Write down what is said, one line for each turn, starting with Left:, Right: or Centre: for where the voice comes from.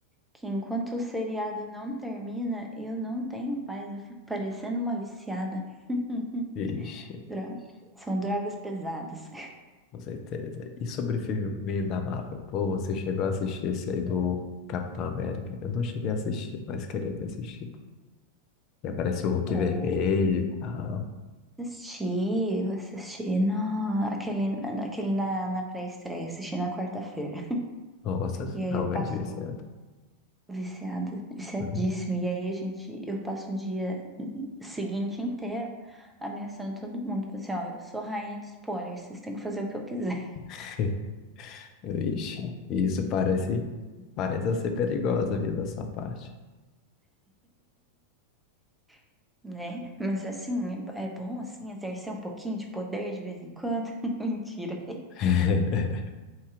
Centre: que enquanto o seriado não termina, eu não tenho paz, eu fico parecendo uma viciada. <laughs>
Left: <laughs> Ixi.
Centre: Dro- São drogas pesadas.
Left: Com certeza. E sobre filme da Marvel? Pô, você chegou a assistir esse aí do Capitão América? Eu não cheguei a assistir, mas queria ter assistido. E aparece o Hulk
Centre: Ou
Left: Vermelho e tal.
Centre: assisti, eu assisti na, aquele, aquele na, na pré-estreia, assisti na quarta-feira.
Left: Nossa,
Centre: E aí
Left: realmente
Centre: eu passo
Left: viciado.
Centre: viciada, viciadíssima.
Left: Hum.
Centre: E aí a gente, eu passo o dia. seguinte inteiro ameaçando todo mundo. Falei assim, ó, eu sou rainha do spoiler, vocês têm que fazer o que eu quiser,
Left: <laughs> Vixe, isso parece, parece ser perigosa a vida da sua parte.
Centre: <laughs> né? Mas assim, é, é bom assim exercer um pouquinho de poder de vez em quando. <laughs> Mentira.
Left: <laughs>